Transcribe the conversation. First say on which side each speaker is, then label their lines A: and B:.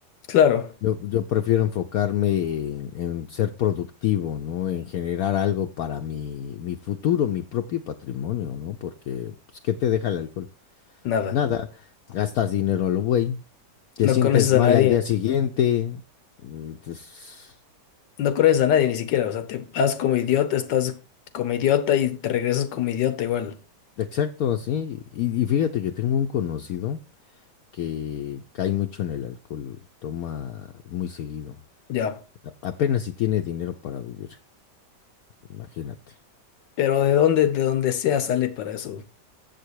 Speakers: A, on the left; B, on the left.
A: Claro,
B: Yo, yo prefiero enfocarme en, en ser productivo, ¿no? En generar algo para mi, mi futuro, mi propio patrimonio, ¿no? Porque, pues, ¿qué te deja el alcohol?
A: nada.
B: Nada, gastas dinero a lo güey, te
A: No
B: sientes
A: conoces
B: mal
A: a nadie.
B: al día siguiente. eh, pues,
A: No conoces a nadie ni siquiera, o sea, te vas como idiota, estás como idiota y te regresas como idiota igual.
B: exacto, sí. Y, y fíjate que tengo un conocido que cae mucho en el alcohol, toma muy seguido.
A: Ya.
B: a- Apenas si tiene dinero para vivir, imagínate.
A: Pero de dónde, de donde sea sale para eso.